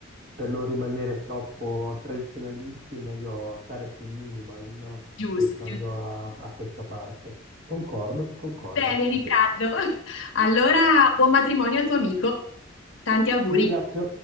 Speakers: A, on the right; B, on the left.
A: per non rimanere troppo tradizionalisti, meglio stare sul minimal, no?
B: Giusto,
A: Pensando
B: giusto.
A: a, a questa parte. Concordo, concordo.
B: Bene, Riccardo.
A: <laughs>
B: <laughs> Allora, buon matrimonio al tuo amico. Tanti auguri.
A: Ti ringrazio.